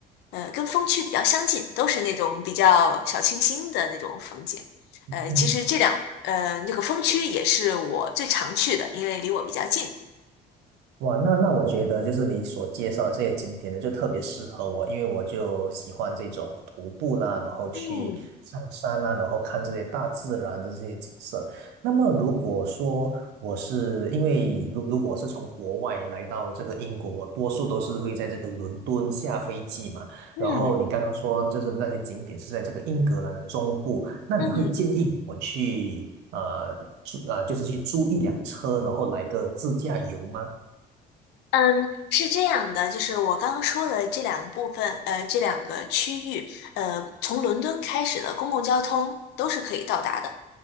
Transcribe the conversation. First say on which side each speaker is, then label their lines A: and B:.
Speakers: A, on the left; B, on the right.
A: 呃跟风区比较相近，都是那种比较小清新的那种风景。呃，
B: 嗯，
A: 其实这两呃那个风区也是我最常去的，因为离我比较近。
B: 哇，那那我觉得就是你所介绍的这些景点呢，就特别适合我，因为我就喜欢这种徒步啦，然后去上山啦，
A: 嗯
B: 然后看这些大自然的这些景色。那么如果说我是因为如如果我是从国外来到这个英国，我多数都是会在这个伦敦下飞机嘛。
A: 嗯
B: 然后你刚刚说就是那些景点是在这个英格兰的中部，那你会建议我去
A: 嗯，
B: 租啊，就是去租一辆车，然后来个自驾游吗？
A: 嗯，是这样的，就是我刚刚说的这两个部分，呃，这两个区域，呃，从伦敦开始的公共交通都是可以到达的，